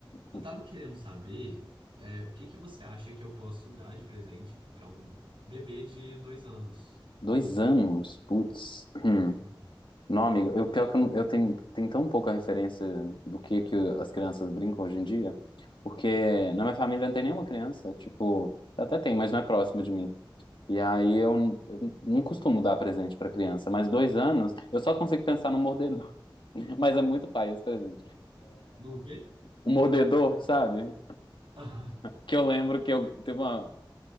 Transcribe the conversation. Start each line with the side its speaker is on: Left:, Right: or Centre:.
Right: eu
Left: hum.
Right: tava querendo saber, é, o que que você acha que eu posso dar de presente para um bebê de dois anos?
Left: Dois anos? Putz. Hum.
Right: Sim.
Left: Não, amigo, eu, pior que eu, não- eu tenho, tenho tão pouca referência do que, que as crianças brincam hoje em dia, porque na minha família não tem nenhuma criança, tipo, até tem, mas não é próximo de mim. E aí eu, eu não costumo dar presente pra criança, mas dois anos, eu só consigo pensar no <laughs> Mas é muito pai esse presente.
Right: Não o quê?
Left: Um mordedor, sabe?
Right: <laughs>
Left: Que eu lembro que eu teve uma.